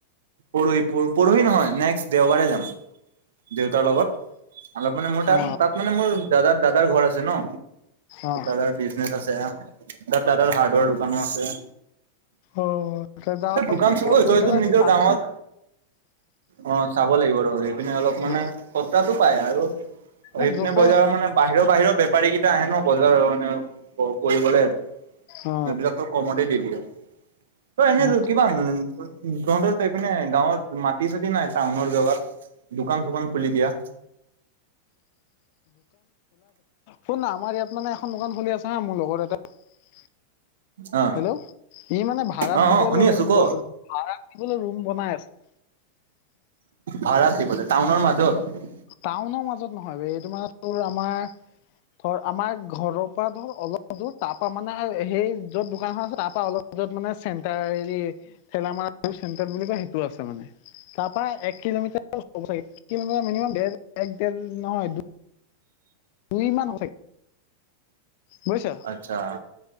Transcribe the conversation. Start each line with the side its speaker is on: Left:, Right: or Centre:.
Right: পৰহি প পৰহি নহয় নেক্সট দেওবাৰে যাম দেউতাৰ লগত- অলপ মানে মোৰ তাত
Left: অ
Right: তাত মানে মোৰ দাদাৰ দাদাৰ ঘৰ আছে। ন
Left: অ
Right: দাদাৰ বিজনেছ আছে তাত দাদ হাৰ্ডৱেৰ দোকানো আছে।
Left: অ তই যাৱওঁ
Right: দোকান
Left: যদি
Right: চুক
Left: তই গৈ
Right: তইতো
Left: পেলাই
Right: নিজৰ
Left: চাবিচোন-
Right: গাঁৱত অ চাব লাগিব সেই পিনে অলপ মানে
Left: অ
Right: সস্তাটো পাই আৰু সেই‌পিনে
Left: মোক জপে
Right: বজাৰৰ মানে বাহিৰৰ বাহিৰৰ বেপাৰী কেইটা আহে ন বজাৰৰ মানে কৰিবলে
Left: অ
Right: এইবিলাক চব কমতে দি দিয়ে। এনে
Left: অ
Right: ৰ কিমান- তহঁতৰপিনে গাঁৱত মাটি চাটি নাই টাউনৰ জেগাত দোকান চোকান খুলি দিয়া।
Left: শুনা আমাৰ ইয়াত মানে এখন দোকান খুলি আছে না মোৰ লগৰ এটাই
Right: অ
Left: হেল্ল' ই মানে ভাড়াত
Right: অ
Left: দিবলৈ
Right: অ শুনি
Left: ৰুম
Right: আছো ক
Left: বনাই দিবলৈ ৰুম বনাই আছে অ
Right: ভাড়াত দিবলৈ টাউনৰ মাজত
Left: টাউনৰ মাজত নহয় বে এইটো মানে তোৰ আমাৰ- ধৰ আমাৰ ঘৰৰ পৰা ধৰ অলপোৰ তাৰ পৰা মানে সেই যত দোকান খন আছে তাৰপা অলপ- যত মানে চেণ্টাৰ হেৰি ঠেলামাৰা চেণ্টাৰ বুলি কয় সেইটো আছে মানে তাৰ- প্ৰায় এক কিলোমিটাৰ কিলোমিটাৰ মিনিমামৰ এক দেৰ নহয়। দুই মান- বুজিছ
Right: আচ্ছা